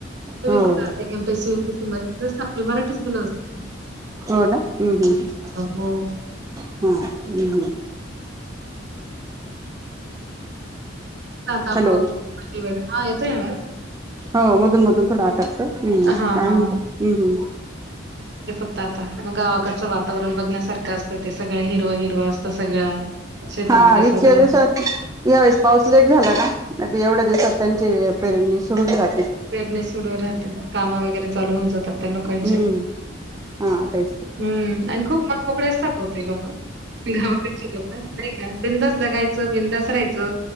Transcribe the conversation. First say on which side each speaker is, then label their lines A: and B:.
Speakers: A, on the right; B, on the right.
A: तुम्ही
B: हो
A: बघा आता एम टू सू. तीतूनच जसं आपली मराठीच मुलं अस
B: हो ना हम्म हम्
A: हो
B: हा. हम् हम.
A: काता
B: हॅलो
A: पाव <unintelligible> आणि ब्रेड आहेत तोय आवाज?
B: हो मधून मधून थोडं आटकतंय.
A: हा
B: काय
A: हा
B: म्हणताय? हम्म.
A: ताता म गावाकडचं वातावरण बघण्यासारखं असतं ते सगळं हिरवं हिरवं असतं सगळं. शेतामध्ये
B: हा इतक्या
A: सगळं
B: दिवसात यावेळेस पाऊस लेट झा <unintelligible> नायत एवढ्या दिवसात त्यांचे पेरणी सुरू झा
A: पेरणि सुरू राहते. कामं वगैरे चालू होऊन जातात. त्या लोकांचे
B: हम्म हा आता ये
A: हम्म आणि खूप मन मोकळे असतात. बहुतेक हो का? <unintelligible> ती घाव कडची लोक नाही का बिनधास जग खायच बिंदास रायचं.